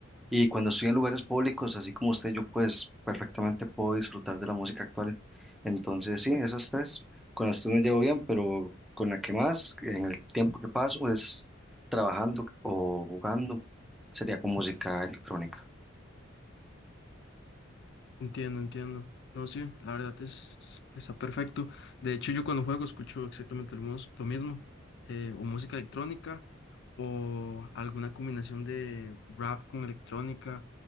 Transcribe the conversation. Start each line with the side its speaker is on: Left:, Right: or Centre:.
Centre: Y cuando estoy en lugares públicos, así como usted, yo pues perfectamente puedo disfrutar de la música actual. Entonces, sí, esas tres, con las tres me llevo bien, pero con la que más, en el tiempo que paso, es trabajando o jugando, sería con música electrónica.
Left: Entiendo, entiendo. No, sí, la verdad es, es- está perfecto. De hecho, yo cuando juego escucho exactamente lo, mus- lo mismo, eh, o música electrónica o alguna combinación de rap con electrónica,